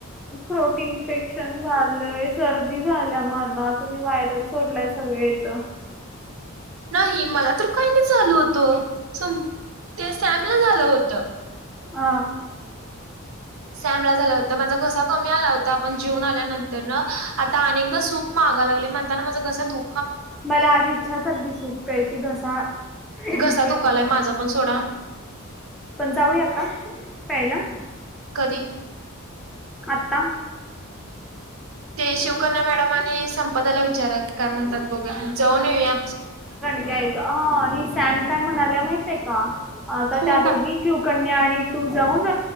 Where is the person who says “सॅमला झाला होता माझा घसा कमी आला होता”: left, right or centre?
Right